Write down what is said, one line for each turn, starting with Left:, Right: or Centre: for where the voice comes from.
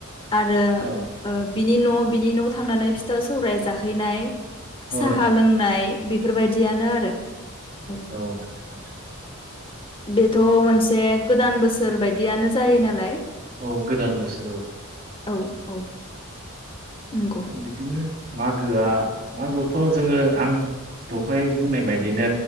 Left: आरो
Right: औ
Left: ओ- बिनि न' बिनि न' थांनानै फिथा सौराय जाहैनाय साहा
Right: औ
Left: लोंनाय बेफोरबायदियानो आरो औ।
Right: नोंथां
Left: बेथ' मोनसे गोदान बोसोर बायदियानो जायो नालाय।
Right: औ गोदान बोसोर औ।
Left: औ औ उम।
Right: बिदिनो मागोआ मागोआवथ' जोङो आं दहाय बुंनाय बायदिनो